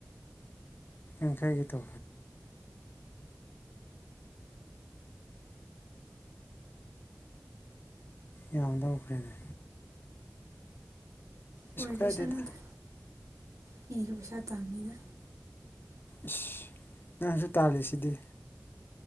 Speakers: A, on the left; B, on the right.
A: ꯏꯈꯥꯏꯒ ꯇꯣ ꯌꯥꯝꯗ ꯎꯈ꯭ꯔꯦꯅꯦ
B: ꯑꯣꯏꯔꯁꯅꯨꯗ
A: ꯀꯥꯏꯗꯦꯗ
B: ꯃꯤꯁꯨ ꯄꯩꯁꯥ ꯇꯝꯅꯤꯅ
A: ꯏꯁꯁ ꯅꯪꯁꯨ ꯇꯥꯜꯂꯤꯁꯤꯗꯤ